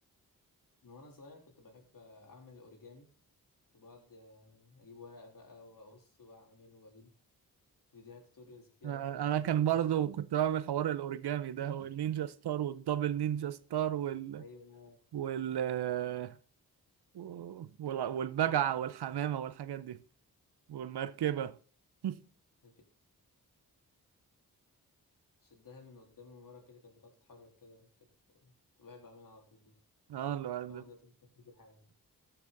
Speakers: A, on the left (about 55°); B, on the right (about 80°).
A: من وأنا صغير كنت بحب آه، أعمل أوريجامي كنت بقعد آه، أجيب ورق بقى وأقص وأعمل وأجيب فيديوهات توتوريالز كتير
B: أه
A: قوي على اليوتيوب
B: أنا كان
A: وكان
B: برضو
A: فيها-
B: كنت بعمل حوار الأوريجامي ده والنينجا ستار والدبل نينجا ستار وال
A: ايوه
B: وال آه، وال- والبجعة والحمامة والحاجات دي والمركبة <laughs>
A: كان في شدها من قدام ومن ورا كده كانت بتقعد تتحرك كده كانت كنت بحب اعملها على طول دي
B: اه لو-
A: بس طبعا دلوقتي مش فاكر حاجه